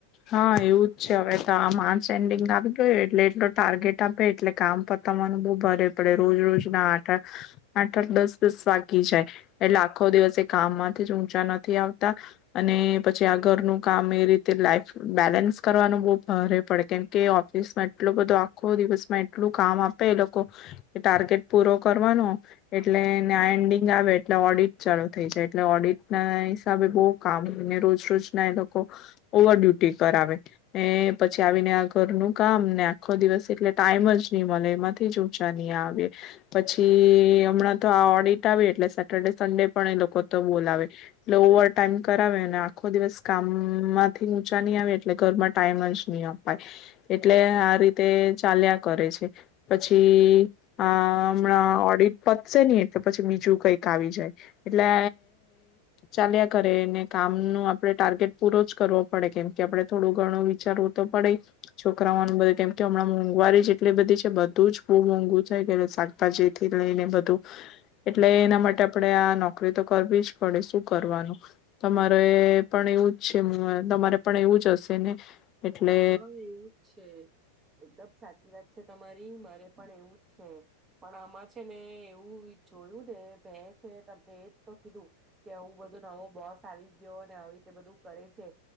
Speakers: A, on the left; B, on the right.
A: હા એવું જ છે હવે તો આમાંચ એન્ડિંગ આપ ગયો એટલે એટલો ટાર્ગેટ આપે એટલે કામ પ તમાનું બહુ ભારે પડે રોજ રોજ ના આઠ આઠ, આઠ દસ દસ વાગી જાય, એટલે આખો દિવસ એ કામમાંથી જ ઊંચા નથી આવતા, અને પછી આ ઘરનું કામ એ રીતે લાઈફ બેલેન્સ કરવાનું બહુ ભારે પડે કેમ કે ઓફિસમાં એટલો બધો આખો દિવસમાં એટલું કામ આપે એ લોકો, કે ટાર્ગેટ પૂરો કરવાનો, એટલેને આ એન્ડિંગ આવે એટલે ઓડિટ ચાલુ થઈ જાય એટલે ઓડિટ ના હિસાબે બહ કામ હોયને, રોજ રોજ ના એ લોકો ઓવર ડ્યુ કરાવે પછી આવીને આ ઘરનું કામ ને આખો દિવસ એટલે ટાઈમ જ નહી મળે એમાંથી જ ઊંચા નહી આવે પછી હમણાં તો આ ઓડિટ આવે એટલે સેટરડે સન્ડે પણ એ લોકો તો બોલાવે એટલે ઓવર ટાઈમ કરાવે આખો દિવસ કામમાંથી ચા નહી આવે એટલે ઘરમાં ટાઈમ જ નહી અપાય, એટલે આ રીતે ચાલ્યા કરે છે, પછી આ હમણાં ઓડિટ પતશે નહ એટલે પછી બીજું કંઈક આવી જાય એટલે ચાલ્યા કરે ને કામ ન આપડ ટાર્ગેટ પૂરો જ કરવો. પડે કેમ કે આપડે થોડું ઘણું વિચારવું તો પડે, છોકરાઓનું બધું કેમ કે હમણાં મોંઘવારી જેટલી બધી છે બધું જ બહુ મોંઘું થાય ગય શાકભાજીથી લઈને બધું, એટલે એના માટે આપડે આ નોકરી તો કરવી જ પડે શું કરવાનું, તમારે પણ એવું જ છે. તમારે પણ એવું જ હશે ને એટલે
B: હા એવું જ છે, એકદમ સાચી વાત છે. તમારી મારે પણ એવું જ છે, પણ આમાં છે ને એવું જોયું ને ભ છે ને તમને એજ તો કીધું, કે આવું બધું નવો બોસ આવી ગયો અને આવી તે બધું કરે છે,